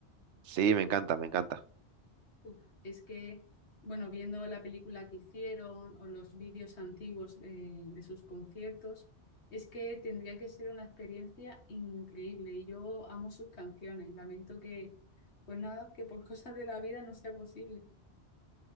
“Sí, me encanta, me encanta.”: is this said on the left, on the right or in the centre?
Right